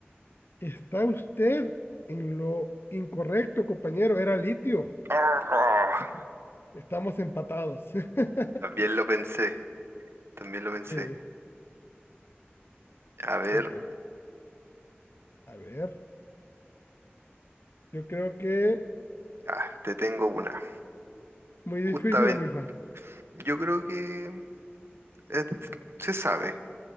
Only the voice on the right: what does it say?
¡Ah!
También lo pensé, también lo pensé.
A ver,
ya, te tengo una.
Justamente,
yo creo que eh, se sabe,